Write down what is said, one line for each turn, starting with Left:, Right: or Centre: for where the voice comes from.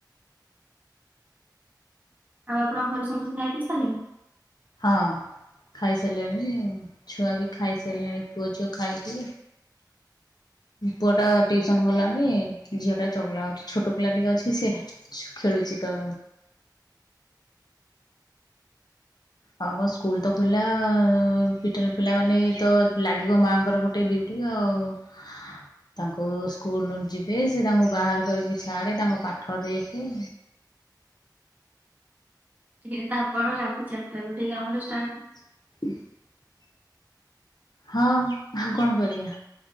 Right: ଆଉ ଆପଣଙ୍କ ଘରେ ସମସ୍ତେ ଖାଇ ପିଇ ସାରିଲେଣି?
Left: ହଁ। ଖାଇ ସାରିଲେଣି ଛୁଆ ବି ଖାଇ ସାରିଲେଣି ପୁଅ ଝିଅ ଖାଇକି ପୁଅ ଟା ଟିୟୁସନ ଗଲାଣି ଝିଅଟା ଚଗଲା ହଉଛି ଛୋଟ ପିଲା ଟିକେ ଅଛି ସିଏ ଖେଳୁଚି ତ। ଆଉ କଣ ସ୍କୁଲ ତ ଖୋଲା <unintelligible> ପିଲାମାନେ ତ ଲାଗିବ ମାଆଙ୍କର ଗୋଟେ ଡ୍ୟୁଟି ଆଉ ହଁ। ତାଙ୍କୁ ସ୍କୁଲ ଯିବେ ସେ ତାଙ୍କୁ ବାହାର କରିକି ଛାଡ଼େ ତାଙ୍କ ପାଠ ଦେଖେ
Right: ତେବେ ତ ଆପଣ ରାତି ଚାରିଟାରୁ ଉଠିକି କାମରେ ଷ୍ଟାର୍ଟ
Left: <inaudible> ହଁ ଆଉ କଣ କରିବା,